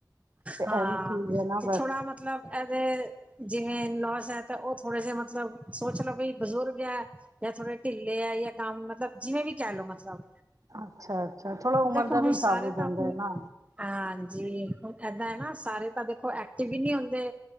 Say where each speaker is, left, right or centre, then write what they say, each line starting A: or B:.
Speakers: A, on the right (about 50°); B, on the right (about 15°).
A: ਤੇ ਇਹ
B: ਹਾਂ,
A: ਵੀ ਚੀਜ਼ ਹੈ ਨਾ
B: ਤੇ
A: ਬਸ
B: ਥੋੜਾ ਮਤਲਬ ਐਦੇ ਜਿਵੇਂ ਇਨ -ਲੋਸ ਹੈ ਤਾਂ ਉਹ ਥੋੜੇ ਜ ਮਤਲਬ ਸੋਚ ਲੋ ਬੀ ਬਜ਼ੁਰਗ ਹੈ ਜਾਂ ਥੋੜੇ ਢਿੱਲੇ ਹੈ ਯਾਂ ਗਮ ਮਤਲਬ ਜਿਵੇਂ ਵੀ ਕਹਿ ਲੋ ਮਤਲਬ
A: ਅੱਛਾ-ਅੱਛਾ ਥੋੜਾ ਉਮਰ
B: ਦੇਖੋ
A: ਦਾ
B: ਹੁਣ
A: ਵੀ ਹਿਸਾਬ
B: ਸਾਰੇ
A: ਹੋ
B: ਤਾਂ
A: ਜਾਂਦਾ
B: ਆਪਣੀ
A: ਹੈ ਨਾ
B: ਹਾਂਜੀ, ਹੁ ਏਦਾਂ ਹੈ ਨਾ ਸਾਰੇ ਤਾਂ ਦੇਖੋ ਐਕਟਿਵ ਹੀ ਨਹੀ ਹੁੰਦੇ